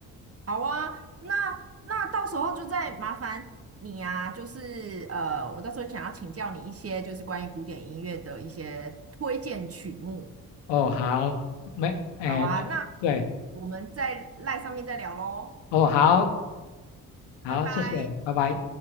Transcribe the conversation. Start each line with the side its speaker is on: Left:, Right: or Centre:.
Right: 好啊，那那到时候就再麻烦你啊，就是呃，我到时候想要请教你一些就是关于古典音乐的一些推荐曲目。
Left: 哦好，没，哎对对，
Right: 好啊，那我们在赖上面再聊喽，
Left: 哦好好，
Right: 拜拜。
Left: 谢谢，拜拜。